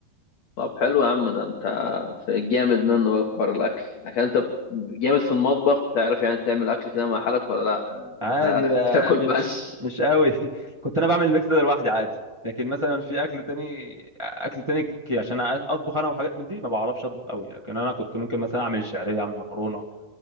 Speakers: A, on the left (about 55°); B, on the right (about 30°).
A: طب حلو يا عم ده انت في جامد منه بقى في حوار الاكل عشان انت ب- جامد في المطبخ بتعرف يعني تعمل اكل كده مع حالك ولا لا
B: عادي
A: آه،
B: بقى
A: <laughs> بتاكل
B: مش
A: بس
B: مش قوي <laughs> كنت انا بعمل الميكس ده لوحدي عادي لكن مثلا في اكل تاني اكل تاني ك- عشان اطبخ انا وحاجات من دي ما بعرفش اطبخ قوي لكن انا كنت ممكن مثلا اعمل شعريه اعمل مكرونه